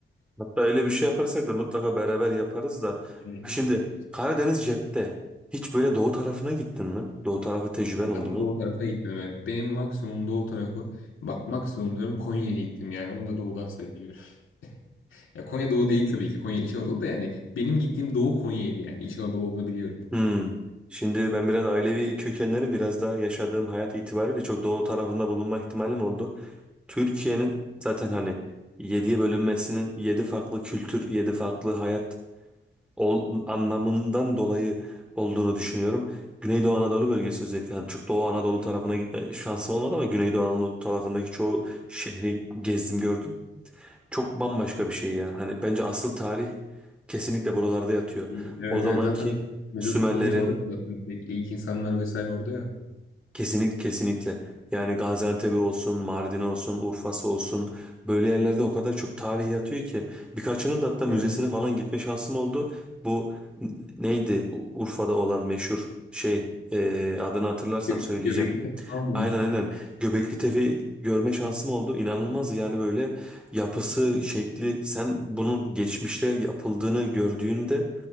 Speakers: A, in the centre; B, on the left.
A: Hatta öyle bir şey yaparsak da mutlaka beraber yaparız da.
B: Hı hı,
A: Şimdi
B: yaparız.
A: Karadeniz cepte. Hiç böyle doğu tarafına gittin mi? Doğu tarafı tecrüben oldu
B: Ben
A: mu?
B: doğu tarafa gitmedim. Evet. Benim maksimum doğu tarafı bak maksimum diyorum Konya'ya gittim yani onu da doğudan sayıyorum. <laughs> Ya Konya doğu değil tabii ki Konya İç Anadolu da yani benim gittiğim doğu Konya'ydı yani İç Anadolu olduğunu biliyorum.
A: Hmm. Şimdi ben biraz ailevi kökenlerim biraz da yaşadığım hayat itibariyle çok doğu tarafında bulunma ihtimalim oldu. Türkiye'nin zaten hani yediye bölünmesinin yedi farklı kültür, yedi farklı hayat ol- anlamından dolayı olduğunu düşünüyorum. Güneydoğu Anadolu bölgesi özellikle yani çok Doğu Anadolu tarafına gitme şansım olmadı ama Güneydoğu Anadolu tarafındaki çoğu şehri gezdim gördüm. Çok bambaşka bir şey ya. Hani bence asıl tarih kesinlikle buralarda yatıyor.
B: Hı, Evet
A: O zamanki
B: evet zaten Mezopotamya
A: Sümerlerin
B: orası zaten ilk ilk insanlar vesaire orada ya.
A: Kesinlik, kesinlikle. Yani
B: Hı hı.
A: Gaziantep olsun, Mardin olsun, Urfa'sı olsun böyle yerlerde o kadar çok tarih yatıyor ki birkaçının da hatta müzesine
B: Evet.
A: falan gitme şansım oldu. Bu n- neydi U- Urfa'da olan meşhur şey e, adını hatırlarsam
B: Gö
A: söyleyeceğim.
B: Göbekli Tepe falan mı
A: Aynen
B: diyorsun?
A: aynen. Göbekli Tepe'yi görme şansım oldu. İnanılmaz yani böyle yapısı, şekli. Sen bunun geçmişte yapıldığını gördüğünde,